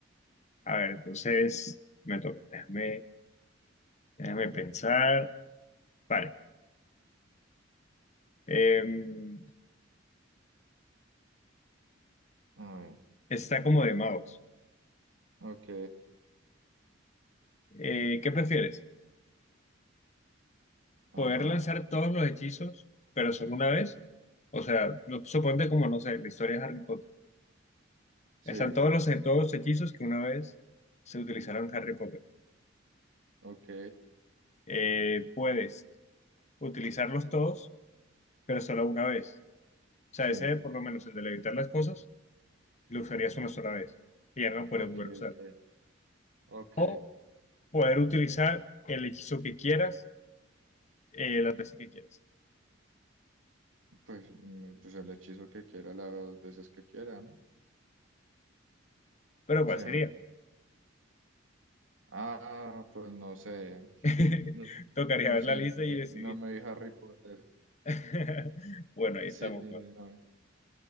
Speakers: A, on the left (about 35°); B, on the right (about 85°).
A: A ver, entonces me toca. Déjame, déjame pensar. Vale. Em,
B: A ver,
A: está como de magos.
B: ok,
A: Eh, ¿qué prefieres?
B: ajá,
A: ¿Poder lanzar todos los hechizos, pero solo una vez? O sea, lo- suponte como, no sé, la historia de Harry Potter
B: sí,
A: Están todos los, todos los hechizos que una vez se utilizaron en Harry Potter.
B: ok,
A: Eh, puedes utilizarlos todos, pero solo una vez. O
B: sí,
A: sea, ese, por lo menos el de levitar las cosas, lo usarías una sola vez y ya no lo puedes
B: ok,
A: volver a usar.
B: ok, ok.
A: O poder utilizar el hechizo que quieras, eh, las veces que quieras.
B: Pues, mm, pues el hechizo que quiera las veces que quiera, ¿no? O
A: Pero ¿cuál
B: sea,
A: sería?
B: ah, pues no sé,
A: <laughs>
B: <laughs> no,
A: Tocaría
B: no
A: ver
B: sé,
A: la lista
B: no, me
A: y decidir.
B: no me vi Harry Potter.
A: <laughs> Bueno, ahí estamos.
B: Sí,
A: Bueno,
B: no,